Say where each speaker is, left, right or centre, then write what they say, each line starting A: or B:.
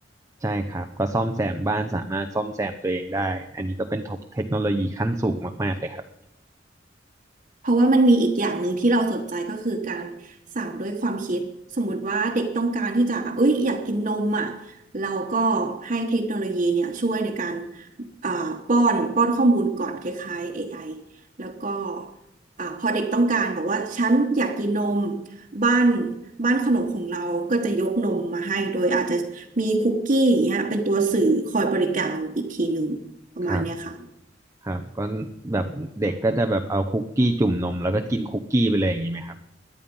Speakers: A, on the right; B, on the right.
A: ใช่ครับก็ซ่อมแซมบ้านสามารถซ่อมแซมตัวเองได้อันนี้ก็เป็นเทคโนโลยีขั้นสูงมากๆเลยครับ
B: เพราะว่ามันมีอีกอย่างหนึ่งที่เราสนใจก็คือการสั่งด้วยความคิดสมมติว่าเด็กต้องการที่จะเอ้ยอยากกินนมอ่ะเราก็ให้เทคโนโลยีเนี่ยช่วยในการอ่าป้อนป้อนข้อมูลก่อนคล้ายๆ AI แล้วก็อ่าพอเด็กต้องการบอกว่าฉันอยากกินนมบ้านบ้านขนมของเราก็จะยกนมมาให้โดยอาจจะมีคุกกี้อย่างเงี้ยเป็นตัวสื่อคอยบริการอีกทีหนึ่งประมาณเนี้ยค่ะ
A: ครับครับก็แบบเด็กก็จะแบบเอาคุกกี้จุ่มนมแล้วก็กินคุกกี้ไปเลยอย่างนี้ไหมครับ